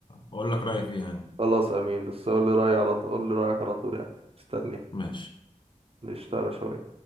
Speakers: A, on the left; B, on the right.
A: واقول لك رايي فيها يعني
B: خلاص امين بس قول لي رايي على طول قول لي رايك على طول يعني استني
A: ماشي
B: نشتغل شويه